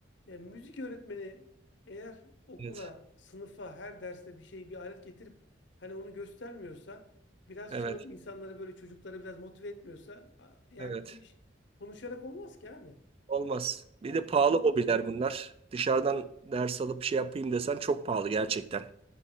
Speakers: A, on the left (about 70°); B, on the right (about 30°).
A: e, müzik öğretmeni eğer okula,
B: Evet,
A: sınıfa, her derste bir şey, bir alet getirip hani onu göstermiyorsa, biraz
B: evet,
A: çalıp insanları böyle çocukları biraz motive etmiyorsa a- yani
B: evet.
A: bu iş konuşarak olmaz ki abi.
B: Olmaz. Bir
A: Yani
B: de pahalı
A: müziğin
B: hobiler bunlar. Dışarıdan ders alıp şey yapayım desen çok pahalı gerçekten.